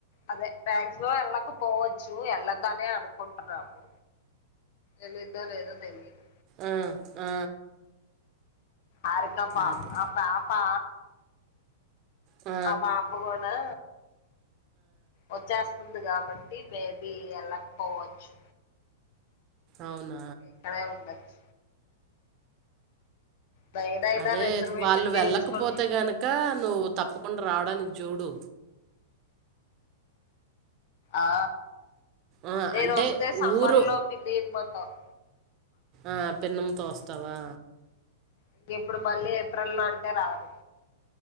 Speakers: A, on the left; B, on the right.
A: అదే మాక్సిమం వెళ్ళకపోవచ్చు వెళ్ళద్దానే అనుకుంటున్నాము ఎల్లిదో లేదో తెలిదు
B: ఆ ఆ
A: ఆరికా పా
B: అదే.
A: ఆప పా
B: ఆ!
A: అ బంమా కూడా వచ్చేస్త ంది కాబట్టి మేబీ వెళ్ళకపోవచ్చు
B: అవును
A: క్కడే ఉండచ్చ బైనయినా
B: అదే
A: రిసర్వేషన్లుయిచ్చుకోండి
B: వాళ్ళు వెళ్ళకపోతే గనక నువ్వు తప్పకుండా రావడానికి చూడు
A: ఆ
B: ఆ!
A: నేను
B: అంటే
A: వస్తే సమ్మర్
B: ఊరు
A: లో పిలి అయిపోతావ్
B: ఆ పెన్నమ్ తోవస్తావా
A: ఇక ఇప్పుడు మళ్ళీ ఏప్రిల్ లో అంటే రాను